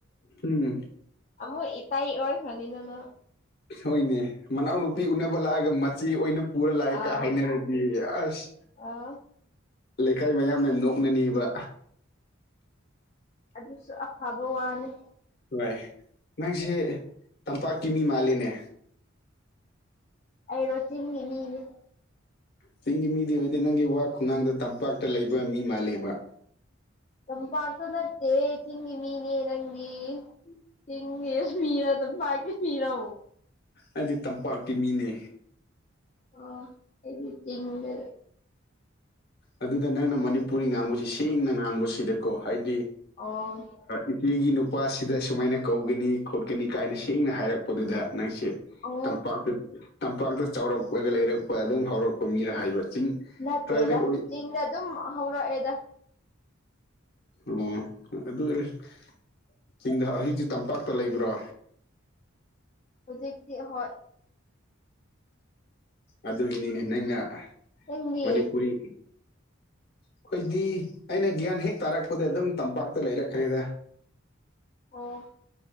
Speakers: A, on the left; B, on the left.
A: ꯎꯝ
B: ꯑꯃꯨꯛ ꯏꯇꯩ ꯑꯣꯏꯈ꯭ꯔꯅꯤꯗꯅ
A: ꯍꯣꯏꯅꯦ ꯃꯅꯥꯎꯅꯨꯄꯤ ꯎꯅꯕ ꯂꯥꯛꯑꯒ ꯃꯆꯦ ꯑꯣꯏꯅ ꯄꯨꯔ ꯂꯥꯛꯏ
B: ꯑꯥꯎ
A: ꯀꯥ ꯍꯥꯏꯅꯔꯗꯤ ꯑꯁ
B: ꯑꯥ
A: ꯂꯩꯀꯥꯏ ꯃꯌꯥꯝꯅ ꯅꯣꯛꯅꯅꯤꯕ
B: ꯑꯗꯨꯁꯨ ꯑꯐꯕ ꯋꯥꯅꯤ
A: ꯍꯣꯏ ꯅꯪꯁꯦ ꯇꯝꯄꯥꯛꯀꯤ ꯃꯤ ꯃꯥꯂꯅꯦ
B: ꯑꯩꯔꯣ ꯆꯤꯡꯉ ꯃꯤꯅꯤ
A: ꯆꯤꯡꯒꯤ ꯃꯤꯗꯤ ꯑꯣꯏꯗꯦ ꯅꯪꯒꯤ ꯋꯥ ꯈꯨꯡꯒꯥꯡꯗ ꯇꯝꯄꯥꯛꯇ ꯂꯩꯕ ꯃꯤ ꯃꯥꯜꯂꯦꯕ
B: ꯀꯝ ꯄꯥꯇ ꯅꯠꯇꯦ ꯊꯤ ꯃꯅꯦ ꯌꯦ ꯅꯪꯤ ꯏꯦ ꯃꯤꯔꯗ ꯄꯥꯒꯦ ꯃꯤꯔ
A: ꯑꯩꯗꯤ ꯇꯝꯄꯥꯛꯇꯀꯤ ꯃꯤꯅꯦ
B: ꯑꯣ ꯑꯩꯤꯡꯗ
A: ꯑꯗꯨꯗ ꯅꯪꯅ ꯃꯅꯤꯄꯨꯔꯤ ꯉꯥꯡꯕꯁꯤ ꯁꯦꯡꯅ ꯉꯥꯡꯕꯁꯤꯗꯀꯣ ꯍꯥꯏꯗꯤ
B: ꯑꯣ
A: ꯏꯆꯦꯒꯤ ꯅꯨꯄꯥꯁꯤꯗ ꯁꯨꯃꯥꯏꯅ ꯀꯧꯒꯅꯤ ꯈꯣꯠꯀꯅꯤ ꯀꯥꯏꯅ ꯁꯦꯡꯅ ꯍꯥꯏꯔꯛ ꯑꯗꯨꯗ ꯅꯪꯁꯦ
B: ꯑꯣ
A: ꯇꯝꯄꯥꯛꯇ ꯇꯝꯄꯥꯛꯇ ꯆꯥꯎꯔꯛꯄꯒ ꯂꯩꯔꯛꯄ ꯑꯗꯨꯝ ꯍꯧꯔꯛꯄ ꯃꯤꯔ ꯍꯥꯏꯕ ꯆꯤꯡ
B: ꯅꯠꯇꯦꯗ
A: ꯇ꯭ꯔꯥꯏꯕꯦꯜ ꯑꯣꯏ
B: ꯆꯤꯡꯗ ꯑꯗꯨꯝ ꯍꯧꯔꯛꯑꯦꯗ
A: ꯑꯣ ꯑꯗꯨ ꯑꯣꯏꯔꯁꯨ ꯆꯤꯡꯗ ꯍꯧꯖꯤꯛꯇꯤ ꯇꯝꯄꯥꯛꯇ ꯂꯩꯕ꯭ꯔꯣ
B: ꯍꯧꯖꯤꯛꯇꯤ ꯍꯣꯏ
A: ꯑꯗꯨꯒꯤꯅꯤꯅꯦ ꯅꯪꯅ
B: ꯅꯪꯗꯤ
A: ꯃꯅꯤꯄꯨꯔꯤ ꯑꯩꯈꯣꯏꯗꯤ ꯑꯩꯅ ꯒ꯭ꯌꯥꯟ ꯍꯦꯛ ꯇꯥꯔꯛꯄꯗ ꯑꯗꯨꯝ ꯇꯝꯄꯥꯛꯇ ꯂꯩꯔꯛꯈ꯭ꯔꯦꯗ
B: ꯑꯣ